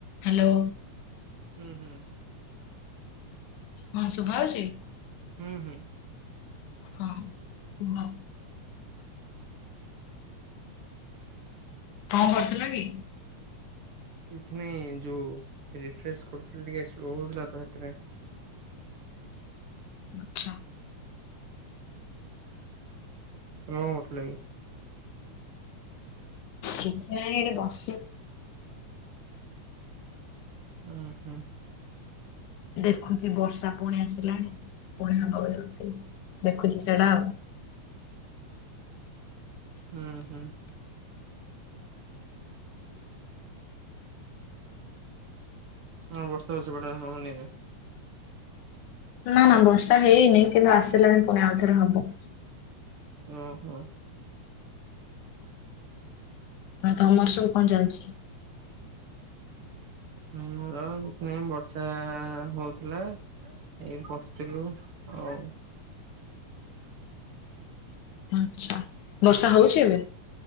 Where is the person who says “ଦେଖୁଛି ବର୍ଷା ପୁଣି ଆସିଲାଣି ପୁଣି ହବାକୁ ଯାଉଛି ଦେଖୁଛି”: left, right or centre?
Left